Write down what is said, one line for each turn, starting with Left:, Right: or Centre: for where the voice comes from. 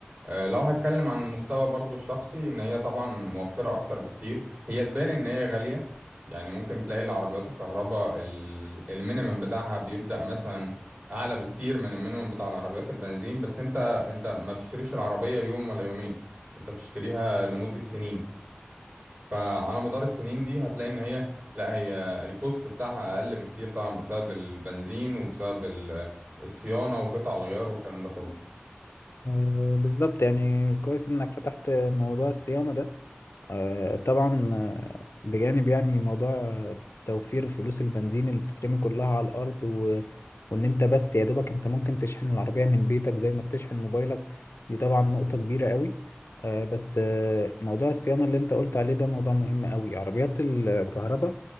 Right: آه، لو هتكلم عن المستوى برضو الشخصي ان هي طبعا موفرة اكتر بكتير هي تبان ان هي غالية يعني ممكن تلاقي العربيات الكهرباء ال- المينيمم بتاعها بيبدأ مثلا اعلى بكتير من المينيمم بتاع العربيات البنزين بس انت انت ما بتشتريش العربية يوم ولا يومين انت بتشتريها لمدة سنين فعلى مدار السنين دي هتلاقي ان هي لا هي الكوست بتاعها اقل بكتير طبعا بسبب البنزين وبسبب ال- الصيانة وقطع الغيار والكلام ده كله
Left: آه، بالظبط يعني كويس انك فتحت موضوع الصيانة ده آه، طبعا آه، بجانب يعني موضوع توفير فلوس البنزين اللي بتترمي كلها على الارض و... وان انت بس يا دوبك انت ممكن تشحن العربية من بيتك زي ما بتشحن موبايلك دي طبعا نقطة كبيرة قوي آه، بس آه، موضوع الصيانة اللي انت قلت عليه ده موضوع مهم قوي عربيات الكهرباء